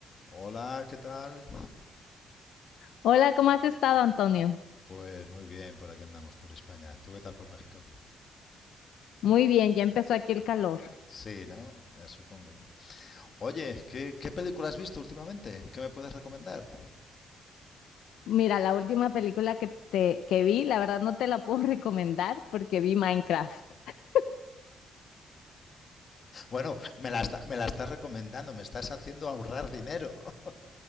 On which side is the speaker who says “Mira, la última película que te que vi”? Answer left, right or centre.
Left